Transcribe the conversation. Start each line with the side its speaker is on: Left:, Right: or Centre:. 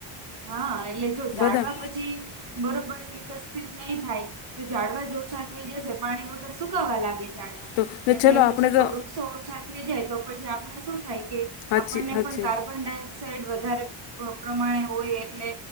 Right: હા એટલે જો જાડવા
Left: બધા
Right: પછી બરોબર વિકસિત નહી થાય તો જાડવા જ ઓછા થઈ જશે પાણી વગર સુકાવા લાગે ઝાડવા
Left: તો ને
Right: એટલે
Left: ચલો આપણે
Right: પછી જો
Left: તો
Right: વૃક્ષો ઓછા થઈ જાય તો પછી આપણે શું થાય કે
Left: હાચી
Right: આપણને
Left: હાચી
Right: પણ કાર્બન ડાયોક્સાઇડ વધારે પ પ્રમાણે હોય એટલે